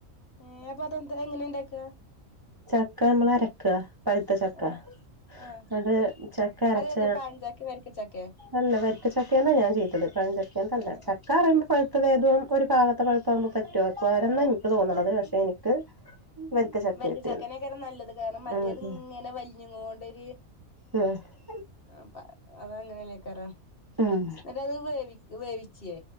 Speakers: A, on the left; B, on the right.
A: ഏ അപ്പൊ അതെന്താ എങ്ങനെ ഇണ്ടാക്ക.
B: ചക്ക നമ്മൾ അരകാ പഴുത്ത ചക്ക
A: ആഹ് ആഹ്
B: ഇന്നട്ട് ചക്ക '' കരച്ച
A: അതേതാ പഴഞ്ചാക്കെ വരിക്കച്ചക്കെ
B: അല്ല വരിക്കച്ചക്കന്നാ ഞാൻ ചെയ്തത് പഴഞ്ച
A: ആഹ്
B: ചക്കയല്ല <unintelligible>
A: ആഹ് ആഹ്
B: <unintelligible>
A: ആഹ്
B: എനിക്ക് തോന്നണത്
A: ആഹ്
B: പക്ഷെ എനിക്ക് വരിക്ക ചക്കയാ
A: വരക്ക്
B: കിട്ടിയത്
A: ചക്കനൊക്ക നല്ലത് കാരണം മറ്റേത്
B: ഉം ഉം
A: ഇങ്ങനെ വരിഞ്ഞുകൊണ്ട് കൊണ്ടരു''
B: ഉം
A: ആ അത അങ്ങനെല്ലേക്കറോ എന്നിട്
B: ഉം
A: അത് വേവി വേവിച്ചേ.